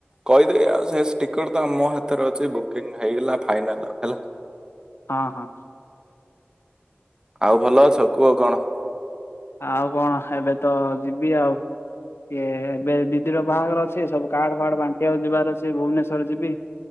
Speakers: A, on the right; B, on the left.
A: କହିଦେବି ଆଉ ସେ ଷ୍ଟିକଟ୍ ତ ଆମ ହାତରେ ଅଛି ବୁକିଂ ହେଇଗଲା ଫାଇନାଲ୍ ହେଲା।
B: ହଁ-ହଁ।
A: ଆଉ ଭଲ ଅଛ କୁହ କଣ।
B: ଆଉ କଣ ଏବେ ତ ଯିବି ଆଉ। କି ଏବେ ଦିଦିର ବାହାଘର ଅଛି ସବୁ କାର୍ଡ ଫାର୍ଡ ବାଣ୍ଟିିବାକୁ ଯିବାର ଅଛି ଭୁବନେଶ୍ଵର ଯିବି।